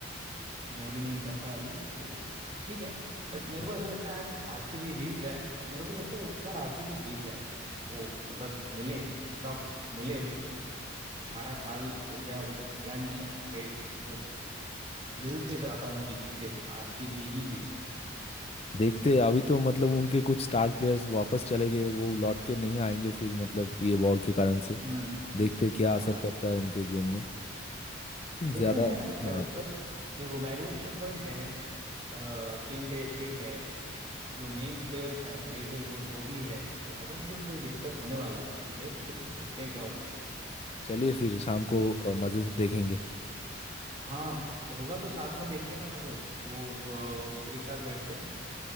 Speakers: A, on the right; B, on the left.
A: मैं भी नहीं करता अभी तो ठीक है
B: हाँ,
A: बट मेरे को ऐसा लगता है आज आरसीबी जीत जाए मेरे को लगता है इस बार आरसीबी जीत जाए वो मतलब मिले कप मिले उसको अठारह साल हो गया अभी तक मिला नहीं है आई मतलब दिल से चाहता हूँ कि जीते आरसीबी ही जीते
B: देखते हैं, अभी तो मतलब उनके कुछ स्टार प्लेयर्स वापस चले गए वो लौट के नहीं आएंगे फिर मतलब ये वॉर के कारण से
A: हम्म
B: देखते हैं क्या असर
A: हाँ
B: पड़ता है उनके गेम में
A: देखते
B: ज्यादा
A: हैं I-
B: हाँ
A: अ, बस ये रोमेरियो शेफर्ड है टीम डेविड है जो मेन प्लेयर्स हैं हेजलवुड वो भी है तो आई डोंट थिंक कोई दिक्कत होने वाला है लेट्स सी देखते हैं क्या होता है
B: चलिए फिर शाम को अ, मजे से देखेंगे
A: हाँ होगा तो साथ में देखते हैं ना फिर वो अ, एक साथ बैठते हैं